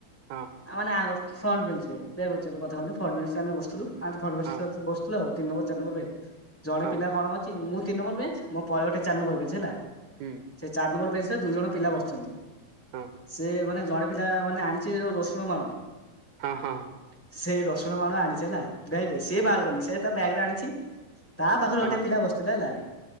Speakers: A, on the right; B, in the centre.
A: ହଁ
B: ଆ ମାନେ ଆଗ ଫ୍ରଣ୍ଟ ବେଞ୍ଚରେ ବ୍ୟାକ ବେଞ୍ଚର କଥା କହୁନି, ଫ୍ରଣ୍ଟ ବେଞ୍ଚରେ ଆମେ ବସିଥିଲୁ। ଆମେ ତ ଫ୍ରଣ୍ଟ ବେଞ୍ଚରେ
A: ହଁ
B: ବସିଥିଲୁ ଆଉ। ତିନ ନମ୍ବର ଚାରି ନମ୍ବର ବେଞ୍ଚ, ଜଣେ
A: ହଁ
B: ପିଲା କଣ କରିଛି ମୁଁ ତିନ ନମ୍ବର ବେଞ୍ଚ। ମୋ ପରେ ଗୋଟେ ଚାର ନମ୍ବର ବେଞ୍ଚ ହେଲା,
A: ହୁଁ
B: ସେ ଚାର ନମ୍ବର ବେଞ୍ଚରେ ଦୁଇ ଜଣ ପିଲା ବସିଛନ୍ତି।
A: ହଁ
B: ସେ ମାନେ ଜଣେ ପିଲା ମାନେ ଆଣିଛି ଯୋଉ ରସୁଣ ବାଣ।
A: ହଁ ହଁ
B: ସେଇ ରସୁଣ ବାଣ ଆଣିଛି ହେଲା, ବ୍ୟାଗ୍ ରେ ସିଏ ବାହାର କରିନି ସେ ତା ବ୍ୟାଗ ରେ ଆଣିଛି, ତା ପାଖରେ
A: ହଁ
B: ଗୋଟେ ପିଲା ବସିଥିଲା ହେଲା।